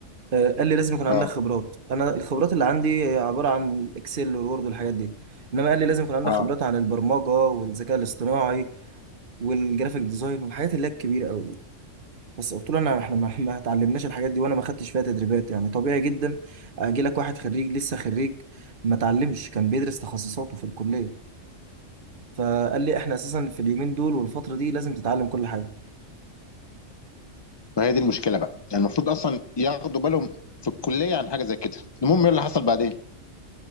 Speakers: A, on the right; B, on the left.
A: أه قال لي لازم يكون عندك
B: اه
A: خبرات انا الخبرات اللي عندي هي عباره عن الاكسل والوورد والحاجات دي انما قال لي لازم يكون عندك
B: اه
A: خبرات عن البرمجه والذكاء الاصطناعي والجرافيك ديزاين والحاجات اللي هي الكبيره قوي بس قلت له انا احنا ما, <laughs> ما اتعلمناش الحاجات دي وانا ما خدتش فيها تدريبات يعني طبيعي جدا اجي لك واحد خريج لسه خريج ما اتعلمش كان بيدرس تخصصاته في الكليه فقال لي احنا اساسا في اليومين دول والفتره دي لازم تتعلم كل حاجه
B: فهي دي المشكلة بقى يعني المفروض اصلا ياخدوا بالهم في الكلية عن حاجة زي كده المهم ايه اللي حصل بعدين؟